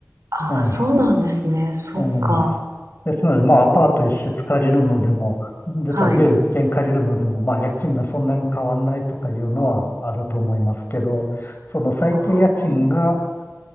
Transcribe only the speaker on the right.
あそうなんですね。
そっか。
はい。
あー